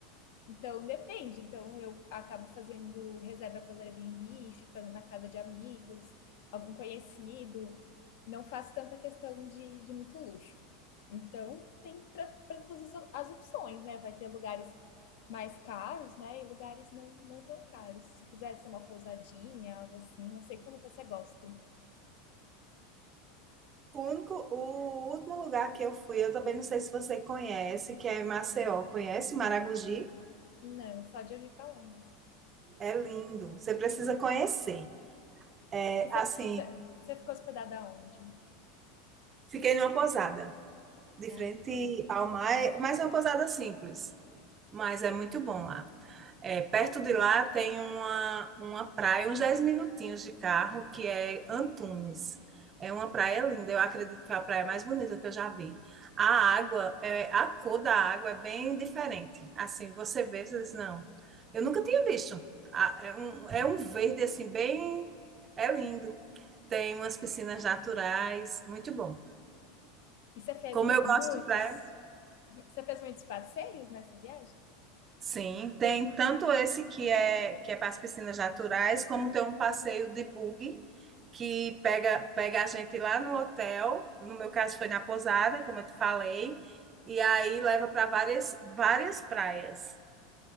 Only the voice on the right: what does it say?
O único, o último lugar que eu fui, eu também não sei se você conhece, que é em Maceió. Conhece Maragogi?
É lindo. Você precisa conhecer. É,
assim,
fiquei numa pousada. de
frente
ao mar, é- mas é uma pousada simples. Mas é muito bom lá. É, perto de lá tem uma, uma praia, uns 10 minutinhos de carro, que é Antunes. É uma praia linda, eu acredito que é a praia mais bonita que eu já vi. A água, é, a cor da água é bem diferente. Assim, você vê, você diz, não, eu nunca tinha visto. Ah, É um, é um verde, assim, bem... É lindo. Tem umas piscinas naturais, muito bom.
Como eu
gosto de praia,
Sim, tem tanto esse que é que é para as piscinas naturais, como tem um passeio de buggy que pega pega a gente lá no hotel, no meu caso foi na Pousada, como eu te falei, e aí leva para várias várias praias.